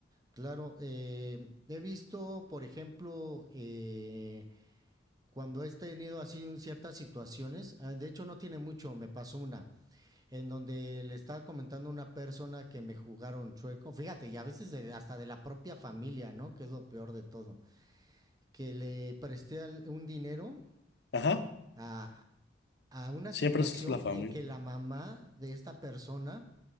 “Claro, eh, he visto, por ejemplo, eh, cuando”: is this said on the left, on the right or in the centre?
Right